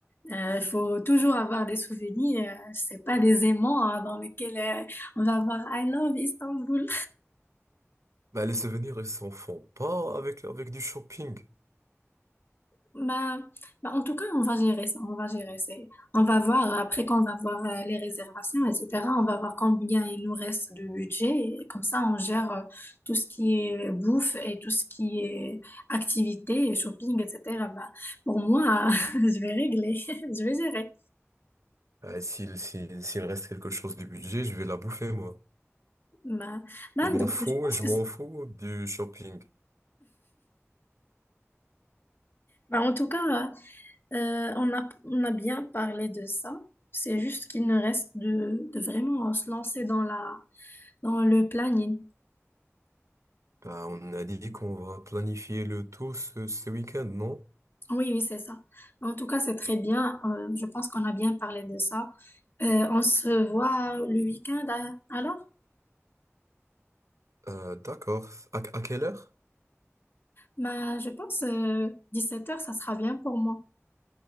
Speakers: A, on the left; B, on the right.
A: Euh, Il faut toujours avoir des souvenirs, euh, c'est pas des aimants hein, dans lesquels euh, on va avoir I love Istanbul.
B: Bah, les souvenirs, ils s'en font pas avec, avec du shopping.
A: Bah, bah, en tout cas, on va gérer ça, on va gérer ça. On va voir, après qu'on va voir euh, les réservations, etc., on va voir combien il nous reste de budget. Et comme ça, on gère euh, tout ce qui est euh, bouffe et tout ce qui est activité et shopping, etc. Bah, pour moi, <laughs> je vais régler, <laughs> je vais gérer.
B: Bah, s'il, s'il, s'il reste quelque chose du budget, je vais la bouffer, moi.
A: Bah, bah,
B: Je m'en
A: donc,
B: fous,
A: je pense
B: je
A: que
B: m'en
A: c'est-
B: fous du shopping.
A: bah, en tout cas, euh, Euh, on a, on a bien parlé de ça. C'est juste qu'il ne reste de, de vraiment se lancer dans la, dans le planning.
B: Bah, on a dit qu'on va planifier le tout ce, ce week-end, non?
A: Oui, oui, c'est ça. En tout cas, c'est très bien. Euh, je pense qu'on a bien parlé de ça. Euh, on se voit le week-end hein, alors?
B: Euh, d'accord. À, à quelle heure?
A: Bah, je pense euh, 17h, ça sera bien pour moi.